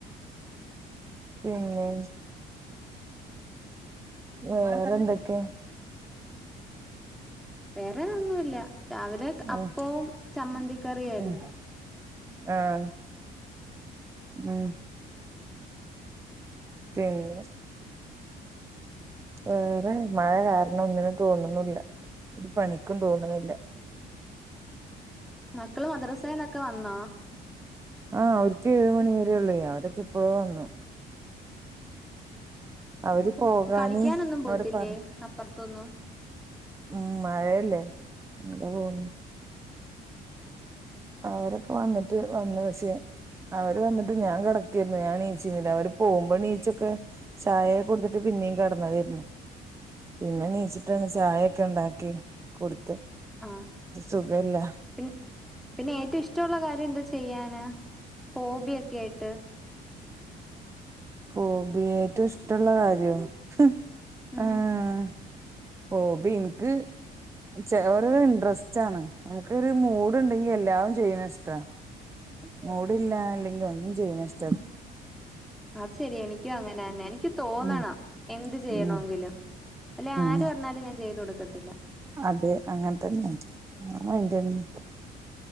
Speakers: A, on the right; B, in the centre.
A: പിന്നെ വേറെ എന്തക്കെ
B: വേറെ ഒന്നുമില്ല രാവിലെ അപ്പവും
A: ഉം
B: ചമ്മന്തിക്കറിയായിരുന്നു
A: ഉം ആഹ് ഉം പിന്നെ വേറെ മഴ കാരണം ഒന്നിനും തോന്നുന്നുില്ല ഇത് പണിക്കും തോന്നുന്നില്ല
B: മക്കള് മദ്രസയിന്നൊക്കെ വന്നോ
A: ആഹ് ഒര്ക്ക് ഏഴ് മണി വരെ ഉള്ളെ, അവരൊക്കെ ഇപ്പളോ വന്നു. അവര് പോകാന്
B: കളിക്കാനൊന്നും പോവത്തില്ലേ
A: അവിടെ പറഞ്ഞ്,
B: അപ്പുറത്തൊന്നും?
A: ഉം മഴ ല്ലേ അങ്ങനെ പോവുന്നു. ആഹ് അവരൊക്കെ വന്നിട്ട് വന്നു, പക്ഷെ അവര് വന്നിട്ട് ഞാൻ കെടക്കെന്നു. അവര് വന്നിട്ട് ഞാൻ കാടെക്കെന്നു. ഞാൻ നീചൂല അവര് പോകുമ്പോ നീച്ചൊക്കെ ചായ കൊടുത്തിട്ട് പിന്നെയും കെടന്നതായിരുന്ന്, പിന്നെ നീച്ചിട്ടാണ് ചായൊക്കെ ഉണ്ടാക്കി കൊടു ത്ത്
B: ആഹ്
A: സുഖല്ലാ
B: പിന്നെ പിന്നെ ഏറ്റും ഇഷ്ടവുള്ള കാര്യ എന്താ വെച്ച ന, ഹോബി കേട്ട്.
A: ഹോബി ഏറ്റവും ഇഷ്ടമുള്ള കാര്യം, ഹ്മ്മ്
B: ഉം
A: ആഹാ ഹോബി ഇൻക്ക്, ചെ ഓരോരോ ഇൻട്രസ്റ്റാണ്. ഇൻക്കൊരു മൂഡുണ്ടെങ്കിയെല്ലാം ചെയ്യുന്നതിഷ്ടാണ്. മൂഡില്ലായില്ലെങ്കിൽ ഒന്നും ചെയ്യുന്ന ഇഷ്ട്ടല്ല
B: അത് ശെരിയാ, എനിക്കും അങ്ങനെ തന്നെ, എനിക്ക് തോന്നണം
A: ഉം
B: എന്ത് ചെയ്യണെങ്കിലും
A: ഉം ഉം
B: അല്ലെ ആര്
A: ഉം
B: പറഞ്ഞാലും ഞാൻ ചെയ്തു കൊടുക്കത്തില്ല.
A: അതെ അങ്ങനെ തന്നെ. ആ <unintelligible>